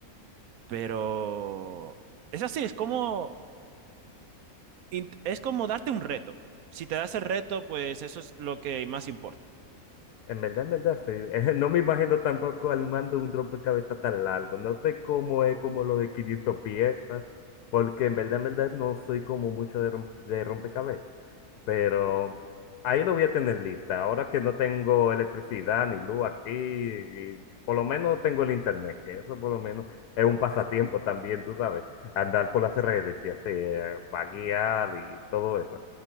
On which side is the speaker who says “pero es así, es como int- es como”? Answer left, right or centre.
Right